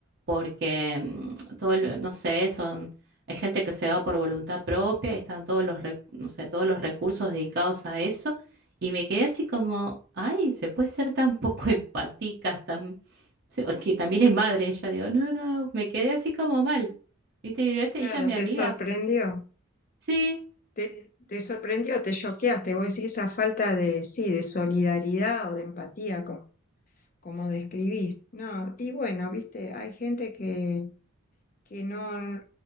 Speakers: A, on the right; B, on the left.
A: porque mm, todo, el- no sé, son, hay gente que se va por voluntad propia y están todos los, re- no sé, todos los recursos dedicados a eso. Y me quedé así como, ay, se puede ser tan <laughs> poco empática, tan... se- o que también es madre ella, digo, no, no, me quedé así como mal. ¿Viste? Y digo, este,
B: claro,
A: ella es mi
B: te
A: amiga.
B: sorprendió.
A: Sí,
B: Te, te sorprendió, te choqueaste, vos decís esa falta de, sí, de solidaridad o de empatía, como, como describís. No, y bueno, viste, hay gente que, que no,